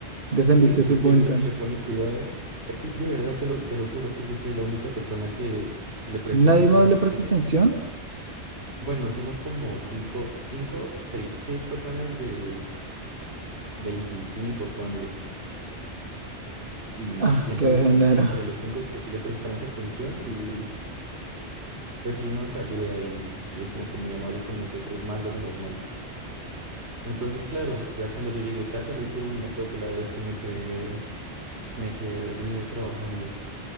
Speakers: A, on the right; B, on the right.
A: defendiste
B: sí, yo
A: su
B: soy
A: punto.
B: el único que le pone cuidado. Es que de verdad te lo, te lo juro que yo soy la única persona que le presta
A: ¿Nadie
B: atención
A: más
B: a
A: le
B: su...
A: prestó
B: sí.
A: atención?
B: Bueno, somos como cinco, cinco, seis, seis personas de 25 ponle. Y,
A: Ah,
B: y entonces
A: qué género.
B: sí, como que a los cinco que sí le prestamos atención, sí, pues sí nos ayuda y, y es como que muy amable con nosotros, más de lo normal. Entonces, claro, ya cuando yo llegué tarde le dije, uy, no, profe, la verdad es que me quedé, me quedé dormido trabajando.